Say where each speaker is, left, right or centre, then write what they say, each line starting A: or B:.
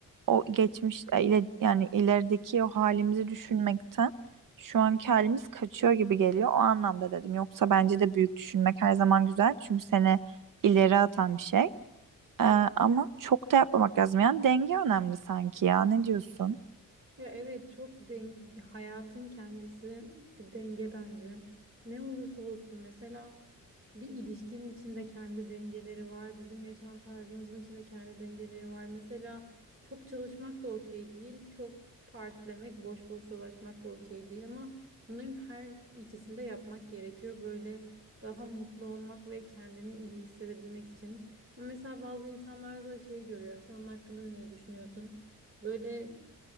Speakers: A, on the right; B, on the right.
A: o geçmiş e, ile yani ilerideki o halimizi düşünmekten şu anki halimiz kaçıyor gibi geliyor o anlamda dedim. Yoksa bence de büyük düşünmek her zaman güzel çünkü seni ileri atan bir şey. Ee,
B: Evet.
A: ama çok da yapmamak lazım yani denge önemli sanki ya ne diyorsun?
B: Ya evet çok den hayatın kendisi bir denge bence. Ne olursa olsun mesela Bir ilişkinin içinde kendi dengeleri var. Bizim yaşam tarzımızın içinde kendi dengeleri var. Mesela çok çalışmak da okey değil. Çok partilemek, boş boş dolaşmak da okey değil. Ama bunların her ikisini de yapmak gerekiyor. Böyle daha mutlu olmak ve kendini iyi hissedebilmek için. Ama mesela bazı insanlarda da şey görüyorum. Sen onun hakkında ne düşünüyorsun? Böyle